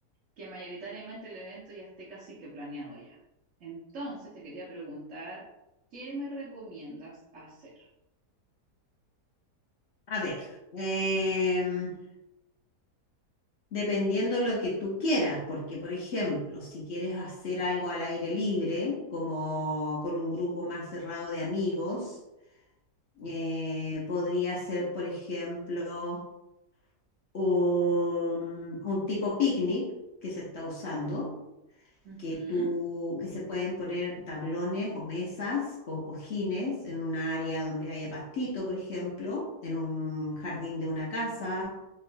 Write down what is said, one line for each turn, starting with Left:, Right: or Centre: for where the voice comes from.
Right: que mayoritariamente el evento ya esté casi que planeado ya. Entonces, te quería preguntar, ¿qué me recomiendas hacer?
Left: A ver, em, dependiendo lo que tú quieras, porque por ejemplo, si quieres hacer algo al aire libre, como con un grupo más cerrado de amigos, eh, podría ser, por ejemplo, un, un tipo picnic que se está usando
Right: Ujú.
Left: que tú, que se pueden poner tablones o mesas con cojines en un área donde haya pastito, por ejemplo, en un jardín de una casa